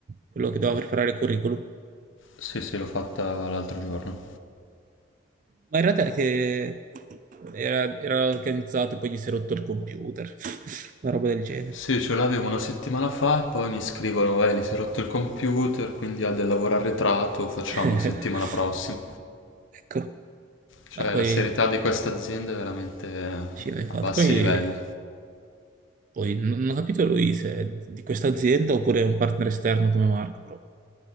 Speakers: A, on the right; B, on the left.
A: quello che doveva preparare il curriculum?
B: Sì, sì, l'ho fatta l'altro giorno.
A: Ma era te che era, era organizzato e poi gli si è rotto il computer, <laughs> una roba del genere.
B: Sì, ce l'avevo una settimana fa e poi mi scrivono, eh, gli si è rotto il computer, quindi ha del lavoro arretrato, facciamo
A: <laughs>
B: settimana prossima.
A: Ecco,
B: Cioè,
A: ma poi
B: la serietà di questa azienda è veramente
A: sì, no, infatti,
B: a bassi
A: poi
B: livelli.
A: Poi non non ho capito lui se è di questa azienda oppure è un partner esterno come Marco, però.